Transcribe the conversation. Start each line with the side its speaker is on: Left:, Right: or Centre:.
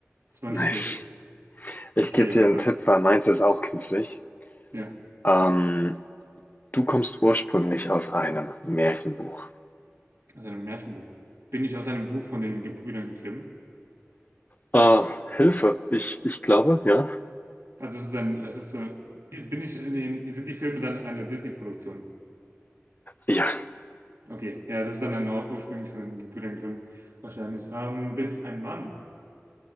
Right: Das war
Left: nice.
Right: nicht schlecht.
Left: Ich
Right: Okay,
Left: gebe dir
Right: verdammt.
Left: einen Tipp, weil meins ist auch knifflig.
Right: Ja,
Left: Ähm, du kommst ursprünglich aus einem Märchenbuch.
Right: aus einem Märchenbuch. Bin ich aus einem Buch von den Gebrüdern Grimm?
Left: Äh, Hilfe. Ich, ich glaube, ja.
Right: Also es ist ein, es ist so, bin ich in den, sind die Filme dann eine Disney-Produktion?
Left: Ja,
Right: Okay, ja, das ist dann ein, Ur- ursprünglich von den Gebrüdern Grimm wahrscheinlich. Ähm, bin ich ein Mann?